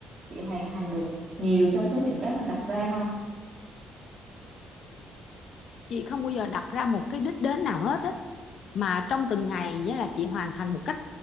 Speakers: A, on the right (about 45°); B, on the left (about 65°).
A: chị hoàn thành được nhiều trong số những cái mình đặt ra không
B: chị không bao giờ đặt ra một cái đích đến nào hết á mà trong từng ngày nghĩa là chị hoàn thành một cách